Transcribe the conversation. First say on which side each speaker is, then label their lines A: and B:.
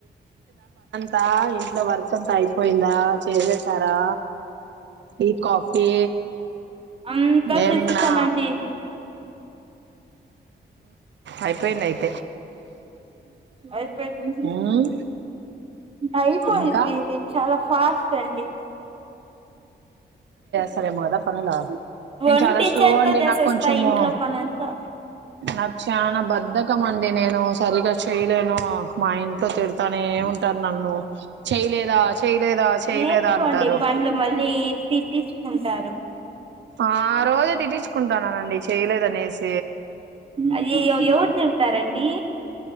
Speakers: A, on the right; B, on the right.
A: తాయ్ ఇంట్లో వర్షతాయ్. పోయిందా చేసేసారా ఈ కాఫీ
B: అంతా
A: ఏంనా.
B: చేసేసామండి
A: అయిపోయింది అయిపో.
B: అయిపోయింది
A: ఉమ్,
B: అయిపోయింది
A: ఇంకా
B: నేను చాలా. ఫాస్ట్ అండి.
A: సరే పోదాం పద గదా నేను
B: ఒంటి
A: చాలా స్లో
B: చేత్తో
A: అండి
B: చేసేస్తా
A: నాకు కొంచెంము
B: ఇంట్లో పనంతా
A: నాకు చనా బధకం అ. నేను సరిగా చెయలేను మా ఇంట్లో తిడతానే ఏ ఉంటారు నన్ను. చేయలేదా చేయలేదా చేయలేదా
B: నేర్చుకోండి
A: అంటారు.
B: పనులు మళ్ళీ తిట్టించుకుంటారు.
A: ఆ రోజు. తీర్చుకుంటాన్నానండి చేయలే. ప్లేస్.
B: అయ్యాయాయో. యోవరు తిడతారండి.